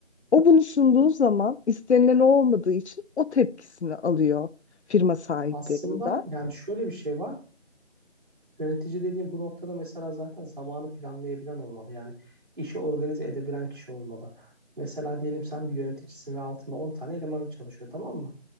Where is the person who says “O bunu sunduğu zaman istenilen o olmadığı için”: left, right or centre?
Left